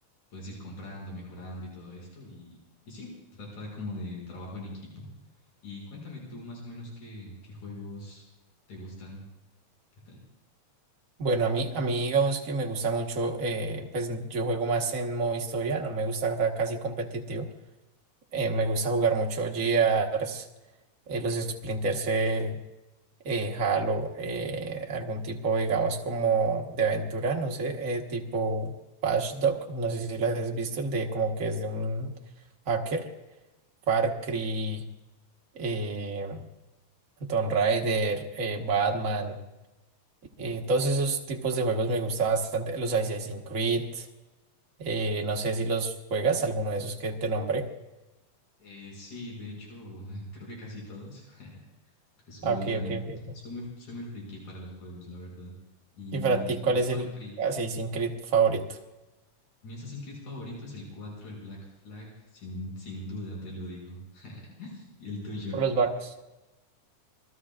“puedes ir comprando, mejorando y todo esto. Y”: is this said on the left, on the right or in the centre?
Left